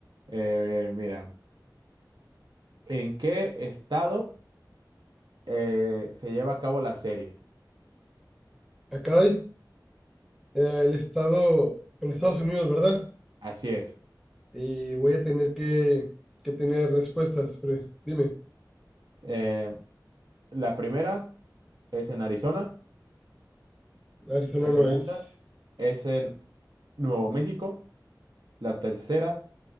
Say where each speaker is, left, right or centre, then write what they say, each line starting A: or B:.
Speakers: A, on the right (about 70°); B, in the centre.
A: Eh, mira, ¿en qué estado eh, se lleva a cabo la serie?
B: Ah, caray, eh, el estado en Estados Unidos, ¿verdad?
A: Así es.
B: Y voy a tener que, que tener respuestas. pero dime,
A: Eh, la primera es en Arizona,
B: Arizona
A: la segunda
B: no es.
A: es en Nuevo México, la tercera